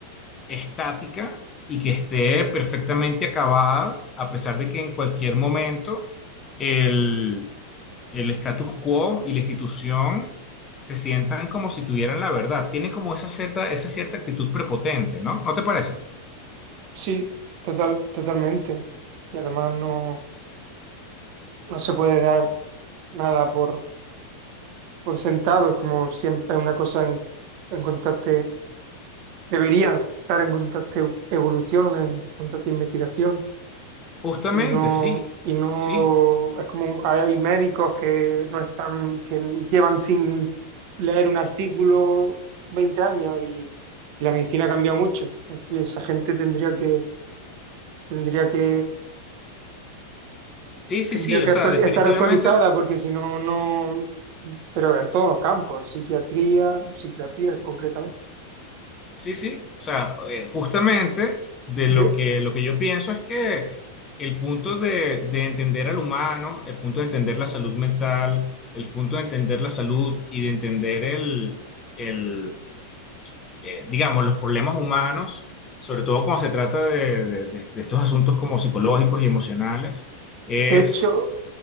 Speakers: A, on the left (about 25°); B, on the right (about 45°).
A: estática y que esté perfectamente acabada, a pesar de que en cualquier momento el, el status quo y la institución se sientan como si tuvieran la verdad. Tiene como esa cierta, esa cierta actitud prepotente, ¿no? ¿No te parece?
B: sí, total, totalmente. Y además no, no se puede dar nada por, por sentado, es como siempre una cosa en, en constante, debería estar en constante evolución, en constante investigación.
A: Justamente,
B: y no,
A: sí,
B: y no,
A: sí,
B: es como hay médicos que no están, que llevan sin leer un artículo 20 años y, y la medicina ha cambiado mucho. Es que Esa gente tendría que, tendría que,
A: sí, sí,
B: tendría
A: sí,
B: que
A: o sea,
B: actual-
A: definitivamente,
B: estar actualizada porque si no, no, pero en todos los campos, psiquiatría, psiquiatría concretamente.
A: sí, sí, o sea, eh, justamente de lo
B: De,
A: que, lo que yo pienso es que el punto de, de entender al humano, el punto de entender la salud mental, el punto de entender la salud y de entender el, el, eh, digamos, los problemas humanos, sobre todo cuando se trata de, de de- de estos asuntos como psicológicos y emocionales, es
B: de hecho,